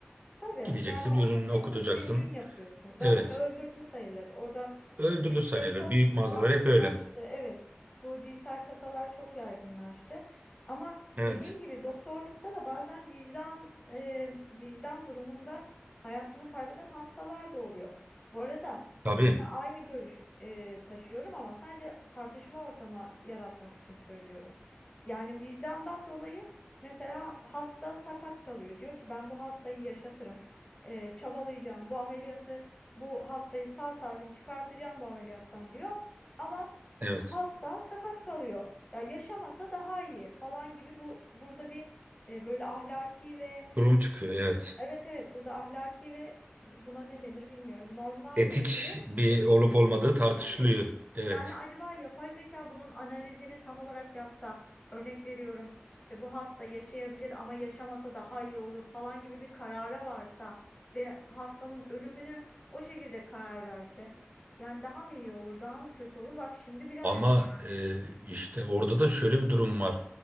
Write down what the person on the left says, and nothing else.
Tabii
yani orada
teknik
bir ürün yapıyorsun. Zaten
öldürdü sayılır. Orada
e, şey
çok
yaygınlaştı.
Evet bu dijital kasalar çok yaygınlaştı. Ama
dediğin gibi doktorlukta da bazen vicdan e, vicdan durumunda hayatını kaybeden hastalar da oluyor. Bu arada
sen de aynı görüşü e, taşıyorum ama sadece tartışma ortamı yaratmak için söylüyorum. Yani vicdandan dolayı Mesela hasta sakat kalıyor. Diyor ki ben bu hastayı yaşatırım. Ee, çabalayacağım. Bu ameliyatı, bu hastayı sağ salim çıkartacağım bu ameliyattan diyor. Ama
hasta sakat kalıyor. Ya yaşamasa daha iyi falan gibi bu burada bir e, böyle ahlaki ve
ne bileyim,
evet evet burada ahlaki ve buna ne denir bilmiyorum normlarla
ilgili
etik
bir
durum
evet.
Yani acaba yapay zeka bunun analizini tam olarak yapsa, örnek veriyorum, işte bu hasta yaşayabilir ama yaşamasa daha iyi olur falan gibi bir karara varsa ve hastanın ölümünü o şekilde karar verse, yani daha mı iyi olur, daha mı kötü olur? Bak şimdi bilemedim
yani.